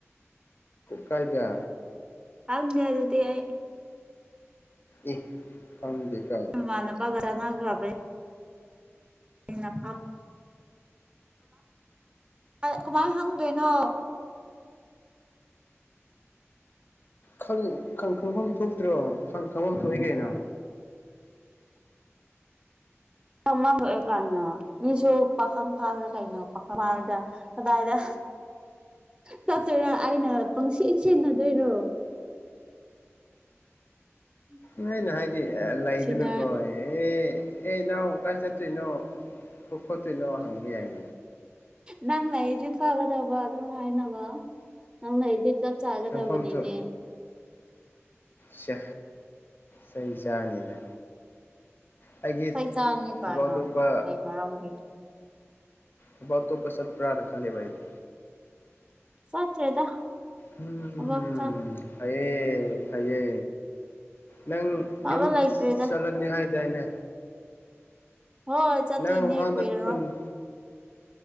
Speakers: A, on the left; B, on the right.
A: ꯀꯥꯏꯗ
B: ꯈꯪꯗꯦ ꯑꯗꯨꯗꯤ ꯑꯩ
A: ꯏ ꯈꯪꯗꯦ ꯀꯥꯏ
B: ꯏꯃꯥꯟꯅꯕꯒ ꯆꯥꯅꯒ꯭ꯔꯕꯩ <unintelligible> ꯀꯃꯥꯏ ꯍꯪꯗꯣꯏꯅꯣ
A: ꯈꯪ ꯈꯪ ꯈꯪꯕꯝ ꯊꯣꯛꯇ꯭ꯔꯣ ꯈꯪ ꯈꯪꯕꯝ ꯊꯣꯛꯏ ꯀꯩꯅꯣ
B: ꯃꯥ ꯃꯥꯡꯊꯣꯛꯑꯦ ꯀꯥꯏꯅ ꯃꯤꯁꯨ ꯄꯥꯈꯪ ꯐꯥꯈ꯭ꯔꯦ ꯀꯩꯅꯣ ꯄꯥꯈꯪ ꯐꯥꯔꯗ ꯀꯗꯥꯏꯗ ꯆꯠꯇꯣꯏꯔꯥ ꯑꯩꯅ ꯄꯪꯁꯤ ꯁꯦꯟꯅꯗꯣꯏꯔꯣ <inaudible>
A: ꯅꯥꯏ ꯅ ꯍꯥꯏꯗꯤ ꯑ ꯂꯩꯗꯅꯀꯣ
B: ꯁꯤꯅ
A: ꯑꯦ ꯑꯦ ꯏꯅꯥꯎ ꯀꯥꯏ ꯆꯠꯇꯣꯏꯅꯣ ꯊꯣꯛ ꯈꯣꯠꯇꯣꯏꯅꯣ ꯍꯪꯕ ꯌꯥꯏ
B: ꯅꯪ ꯂꯩꯗꯤ ꯐꯒꯗꯕ ꯑꯗꯨꯝ ꯍꯥꯏꯅꯕ ꯅꯪ ꯂꯩꯗꯤ ꯆꯠ ꯆꯥꯒꯗꯕꯅꯤꯅꯦ
A: ꯈꯪꯐꯝꯁꯨ ꯁꯦ ꯆꯩ ꯆꯥꯅꯤꯗ ꯑꯩꯒꯤ
B: ꯆꯩ ꯆꯥꯅꯤ ꯀꯥꯏꯅ
A: ꯊꯕꯛ ꯑꯇꯣꯞꯄ
B: ꯀꯩ ꯃꯔꯝꯒꯤ
A: ꯊꯕꯛ ꯑꯇꯣꯞꯄ ꯆꯠꯄ꯭ꯔꯥꯅ ꯈꯜꯂꯤꯕ ꯑꯩꯗꯤ
B: ꯆꯠꯇ꯭ꯔꯦꯗ
A: ꯎꯝ
B: ꯊꯕꯛ ꯆꯠ
A: ꯐꯩꯌꯦ ꯐꯩꯌꯦ ꯅꯪ
B: ꯐꯕ
A: ꯌꯨꯝ
B: ꯂꯩꯇ꯭ꯔꯦꯗ
A: ꯆꯠꯂꯅꯤ ꯍꯥꯏꯗꯥꯏꯅꯦ
B: ꯍꯣꯏ ꯆꯠꯇꯣꯏꯅꯦ
A: ꯅꯪ ꯃꯃꯥꯡꯗ
B: ꯀꯨꯏꯔꯔꯣꯏ
A: ꯈꯨꯟ